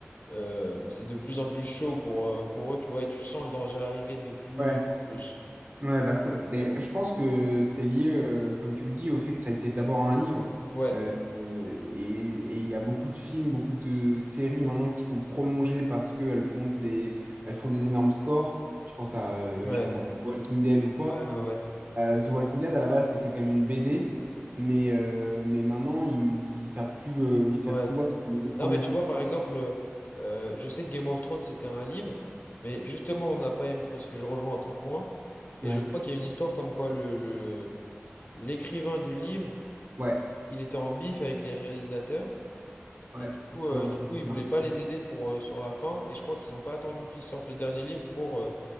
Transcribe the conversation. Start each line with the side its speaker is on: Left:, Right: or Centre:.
Left: euh, c'est de plus en plus chaud pour, euh, pour eux, tu vois, et tu sens le danger arriver de plus
Right: Ouais.
Left: en plus.
Right: Ouais, bah ça, c'est- mais je pense que c'est lié, euh, comme tu le dis, au fait que ça a été d'abord un livre.
Left: Ouais,
Right: Euh, euh, et et il y a beaucoup de films, beaucoup de séries maintenant qui sont prolongées parce qu'elles font des, elles font des énormes scores. Je pense à, euh,
Left: ouais,
Right: je sais pas moi, Walking Dead ou quoi.
Left: ouais, ouais, ouais.
Right: Euh, The Walking Dead, à la base, c'était quand même une BD, mais, euh, mais maintenant, ils, ils savent plus, euh, ils savent
Left: ouais.
Right: plus où aller. les premières
Left: Non, mais tu
Right: saisons.
Left: vois, par exemple, euh, je sais que Game of Thrones, c'était un livre, mais justement, on n'a pas aimé, parce que je rejoins ton point, et
Right: Ouais,
Left: je crois qu'il y a une histoire comme quoi le, le- l'écrivain du livre,
Right: ouais,
Left: il était en bif avec les réalisateurs,
Right: ouais,
Left: et du coup, euh,
Right: George
Left: du coup, il
Right: Martin.
Left: voulait pas les aider pour, euh, sur la fin, et je crois qu'ils n'ont pas attendu qu'ils sortent le dernier livre pour, euh,